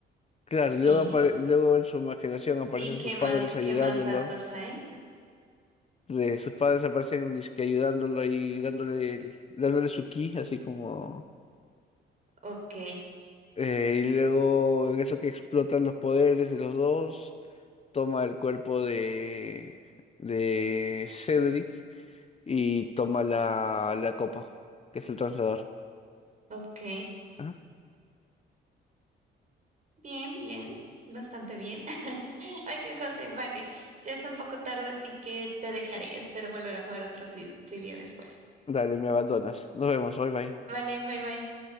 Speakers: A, on the left (about 30°); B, on the right (about 40°).
A: Claro,
B: sí,
A: y luego, apare- luego en su imaginación aparecen
B: ¿y qué
A: sus padres
B: más,
A: ayudándolo.
B: qué más datos hay?
A: De sus padres aparecen dizque ayudándolo y dándole, el- dándole su ki, así como...
B: Ok,
A: eh, y luego en eso que explotan los poderes de los dos, toma el cuerpo de, de Cedric y toma la, la copa, que es el translador.
B: ok.
A: ¿Ah?
B: Bien, bien, bastante bien. <laughs> Oye, José, vale, ya es un poco tarde, así que te dejaré. Espero volver a jugar otro tri- trivia después.
A: Dale, me abandonas. Nos vemos, bye bye.
B: Vale, bye bye.